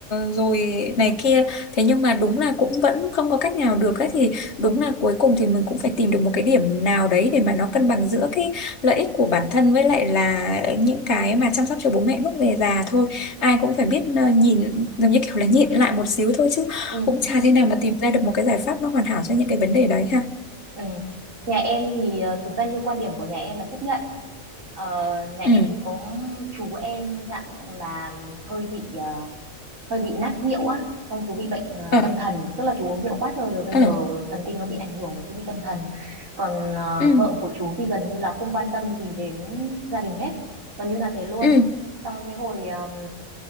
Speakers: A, on the left (about 55°); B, on the right (about 70°).
A: rồi này kia thế nhưng mà đúng là cũng vẫn không có cách nào được ấy thì đúng là cuối cùng thì mình cũng phải tìm được một cái điểm nào đấy để mà nó cân bằng giữa cái lợi ích của bản thân với lại là những cái mà chăm sóc cho bố mẹ lúc về già thôi ai cũng phải biết ờ, nhìn giống như kiểu là nhịn lại một xíu thôi chứ
B: ừ ừ
A: cũng chả thế nào mà tìm ra được một cái giải pháp nó hoàn hảo cho những cái vấn đề đấy ha
B: ừ. nhà em thì ờ, thực ra như quan điểm của nhà em là chấp nhận Ờ, nhà
A: ừ
B: em thì có chú em dạng là hơi bị hơi bị nát rượu á xong chú bị bệnh ờ,
A: ờ
B: tâm thần tức là chú uống rượu quá trời rồi bây
A: ờ
B: giờ thần kinh nó bị ảnh hưởng và chú bị tâm thần còn ờ,
A: ừ
B: vợ của chú thì gần như là không quan tâm gì đến gia đình hết gần như là thế luôn
A: ừ
B: xong cái hồi ờm,